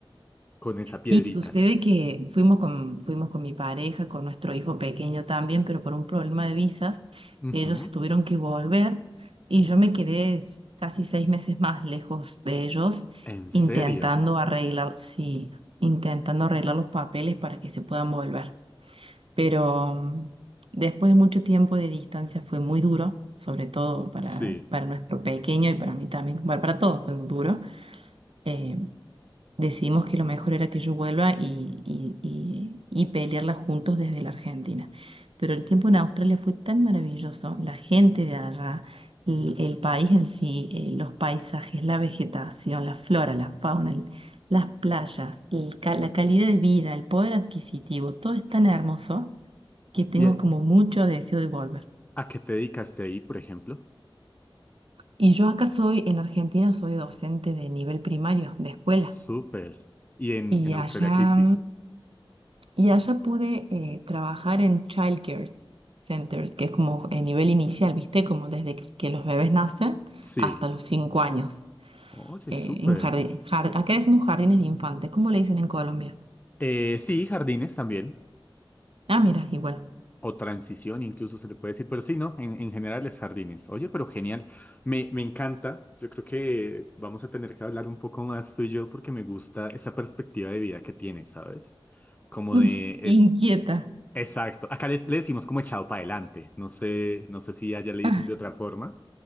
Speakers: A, on the left (about 20°); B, on the right (about 80°).
A: con esa piedrita?
B: Y sucede que fuimos con, fuimos con mi pareja, con nuestro hijo pequeño también, pero por un problema de visas,
A: Ujú.
B: ellos se tuvieron que volver y yo me quedé s- casi seis meses más lejos de ellos,
A: ¿En
B: intentando
A: serio?
B: arreglar, sí, intentando arreglar los papeles para que se puedan volver. Pero mm, después de mucho tiempo de distancia fue muy duro, sobre todo para,
A: Sí.
B: para nuestro pequeño y para mí también, bueno, para todos fue muy duro. eh, decidimos que lo mejor era que yo vuelva y, y, y- y pelearla juntos desde la Argentina. Pero el tiempo en Australia fue tan maravilloso, la gente de allá, el, el país en sí, eh, los paisajes, la vegetación, la flora, la fauna, el- las playas, el ca- la calidad de vida, el poder adquisitivo, todo es tan hermoso que tengo
A: ¿Y a
B: como mucho deseo de volver.
A: a qué te dedicaste ahí, por ejemplo?
B: Y yo acá soy, en Argentina, soy docente de nivel primario, de escuela.
A: Súper. ¿Y en,
B: Y
A: en Australia
B: allá
A: qué hiciste?
B: Y allá pude eh, trabajar en child care centers, que es como el nivel inicial, ¿viste? Como desde que que los bebés nacen
A: Sí.
B: hasta los cinco años.
A: Oye,
B: eh,
A: súper.
B: en jardín, jar- acá decimos jardines de infantes, ¿cómo le dicen en Colombia?
A: Eh, sí, jardines también.
B: Ah, mira, igual.
A: O transición, incluso se le puede decir, pero sí, ¿no? En, en general es jardines. Oye, pero genial. Me, me encanta. Yo creo que vamos a tener que hablar un poco más tú y yo porque me gusta esa perspectiva de vida que tienes, ¿sabes? Como
B: <laughs>
A: de es
B: Inquieta.
A: exacto. Acá le, le decimos como echado para adelante. No sé, no sé si allá le
B: Ah,
A: dicen de otra forma,